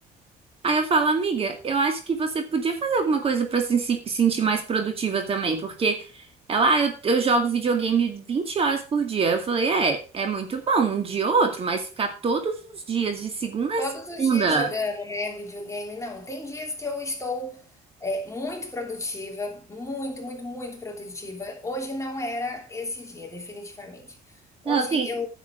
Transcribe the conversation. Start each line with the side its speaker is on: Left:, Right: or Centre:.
Right: Aí eu falo, amiga, eu acho que você podia fazer alguma coisa pra se se sentir mais produtiva também, porque ela, ah, eu, eu jogo videogame 20 horas por dia. Eu falei, é, é muito bom, um dia ou outro, mas ficar todos os dias, de segunda a
Left: Todos
Right: segunda.
Left: os dias jogando, né, videogame, não. Tem dias que eu estou, eh, muito produtiva, muito, muito, muito produtiva. Hoje não era esse dia, definitivamente. Hoje
Right: Não, assim.
Left: eu